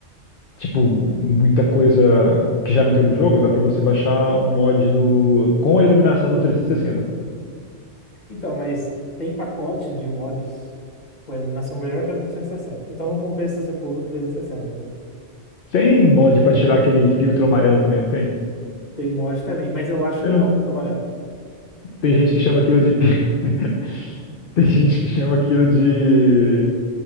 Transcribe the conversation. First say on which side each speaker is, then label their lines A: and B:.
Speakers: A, on the left; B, on the left.
A: tipo, muita coisa que já não tem no jogo, dá pra você baixar um mod do, com a iluminação do trezentos e sessenta.
B: Então, mas tem pacotes de mods com a iluminação melhor que a do 360. Então não compensa você pôr do 360, entendeu?
A: Tem mod pra tirar aquele filtro amarelo também, não tem?
B: Tem mod também, mas eu acho
A: Eu
B: legal
A: não-
B: o amarelo.
A: tem gente que chama aquilo de, pi- <laughs> tem gente que chama aquilo de,